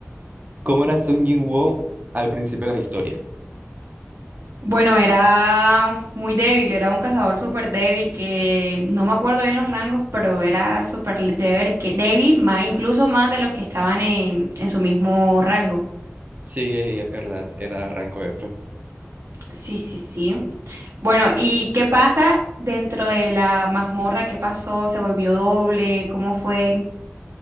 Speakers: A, on the right; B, on the right.
A: ¿Cómo era Sung Jinwoo al principio de la historia?
B: Bueno, era muy débil, era un cazador súper débil que no me acuerdo bien los rangos, pero era súper le- débil, que, débil, más, incluso más de los que estaban en en su mismo rango.
A: Sí, es verdad, era rango F.
B: Sí, sí, sí. Bueno, ¿y qué pasa dentro de la mazmorra? ¿Qué pasó? ¿Se volvió doble? ¿Cómo fue?